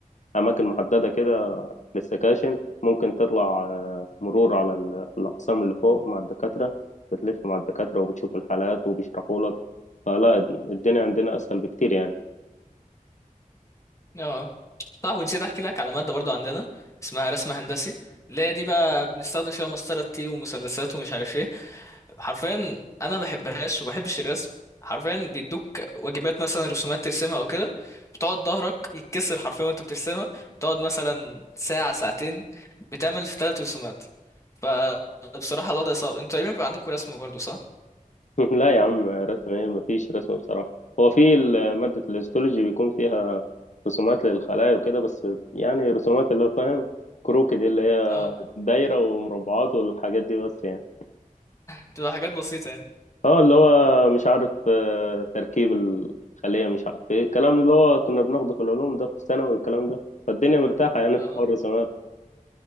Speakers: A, on the left (about 55°); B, on the left (about 20°).
A: أماكن محددة كده للسكاشن ممكن تطلع آه، مرور على ال- الأقسام اللي فوق مع الدكاترة بتلف مع الدكاترة وبتشوف الحالات وبيشرحوا لك فلا الدنيا عندنا أسهل بكتير يعني
B: اه صح ونسيت احكي لك على مادة برضو عندنا اسمها رسم هندسي اللي هي دي بقى بنستخدم فيها مسطرة تي ومثلثات ومش عارف ايه حرفيا انا ما بحبهاش وما بحبش الرسم حرفيا بيدوك واجبات مثلا رسومات ترسمها او كده بتقعد ظهرك يتكسر حرفيا وانت بترسمها بتقعد مثلا ساعة ساعتين بتعمل في ثلاث رسومات فبصراحة الوضع صعب انتوا تقريبا بيبقى عندكم رسم برضو صح؟
A: <laughs> لا يا عم رسم إيه مفيش رسم بصراحة هو في ال- مادة الهيستولوجي بيكون فيها رسومات للخلايا وكده بس يعني رسومات اللي هو فاهم كروكي دي اللي هي
B: اه
A: دايرة ومربعات والحاجات دي بس يعني
B: بتبقى حاجات بسيطة يعني
A: اه اللي هو مش عارف آه، تركيب الخلية مش عارف ايه الكلام اللي هو كنا بناخده في العلوم ده في الثانوي والكلام ده فالدنيا مرتاحة يعني
B: اه
A: في حوار الرسومات